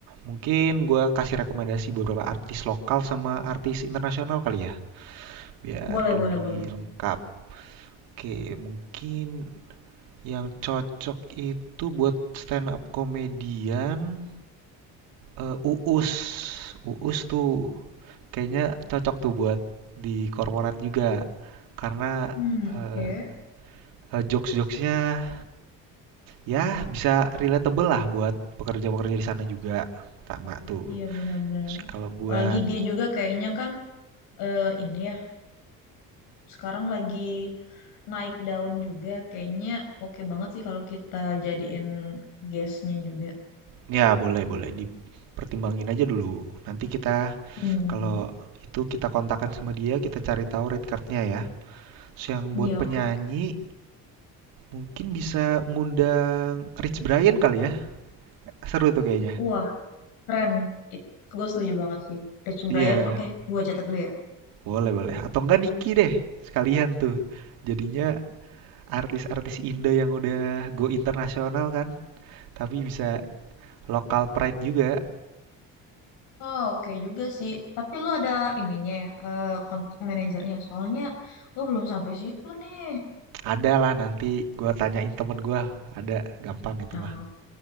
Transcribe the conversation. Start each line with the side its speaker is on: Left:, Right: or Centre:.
Right: mungkin gue kasih rekomendasi beberapa artis lokal sama artis internasional kali ya biar
Left: Boleh,
Right: lebih
Left: boleh, boleh.
Right: lengkap oke mungkin yang cocok itu buat stand up komedian eh, Uus Uus tuh kayaknya cocok tuh buat di korporat juga karena
Left: Hmm, oke.
Right: eh, eh, jokes-jokesnya ya bisa relatable lah buat pekerja-pekerja di sana juga sama tuh
Left: Iya benar-benar.
Right: Terus kalau buat
Left: Apalagi dia juga kayaknya kan eh, ini ya sekarang lagi naik daun juga kayaknya oke banget sih kalau kita jadiin guestnya juga.
Right: Ya, boleh, boleh. Dipertimbangin aja dulu. Nanti kita,
Left: Hmm.
Right: kalau itu kita kontakkan sama dia, kita cari tahu rate cardnya ya. Terus yang buat
Left: Iya,
Right: penyanyi,
Left: oke, oke.
Right: mungkin bisa ngundang Rich Brian kali ya. Seru tuh kayaknya.
Left: Wah, keren. It, gue setuju banget sih. Rich
Right: Iya,
Left: Brian, oke, gue catat dulu ya.
Right: boleh, boleh. Atau enggak Niki deh, sekalian tuh. Jadinya artis-artis Indo yang udah go internasional kan. Tapi bisa lokal pride juga.
Left: Oh, oke juga sih. Tapi lu ada ininya ya, eh, kontak manajernya. Soalnya gue belum sampai situ nih.
Right: Ada lah nanti gua tanyain temen gua. Ada, gampang itu
Left: Nah,
Right: mah.